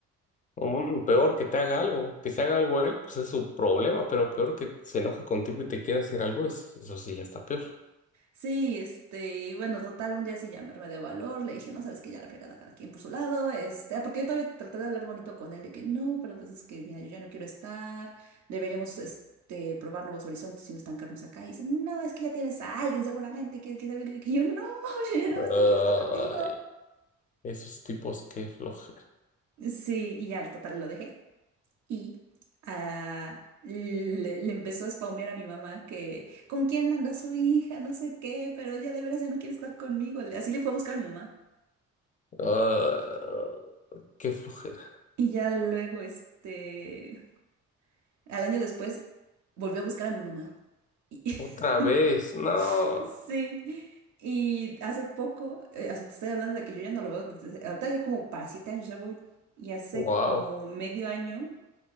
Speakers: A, on the left; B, on the right.
A: un- peor que te haga algo, que se haga algo él, pues es su problema, pero peor que se enoje contigo y te quiera hacer algo, es- eso sí ya está peor.
B: Sí, este, y bueno, total, un día sí llamarme de valor, le dije, no, sabes que ya la fregada cada quien por su lado, este, ah, porque yo todavía traté de hablar bonito con él, de que no, pero pues es que, mira, yo ya no quiero estar, deberíamos, este, probar nuevos horizontes y no estancarnos acá, y dice, no, es que ya tienes a alguien seguramente, que, que, sabe", y yo, no, <laughs> yo no,
A: Ay,
B: no quiero estar contigo.
A: esos tipos, qué flojera.
B: Sí, y ya, total, lo dejé. Y ah, le, le empezó a spaumear a mi mamá que, ¿con quién anda su hija? No sé qué, pero ya de veras ya no quiere estar conmigo. Le- Así le fue a buscar a mi mamá.
A: Ah, qué flojera.
B: Y ya luego, este, al año después, volvió a buscar a mi mamá. Y-
A: Otra
B: <laughs>
A: vez, no.
B: Sí. Y hace poco, eh, o sea, te estoy hablando de que yo ya no lo veo, desde- ahorita ya como para siete años ya voy. Y hace
A: Wow,
B: como medio año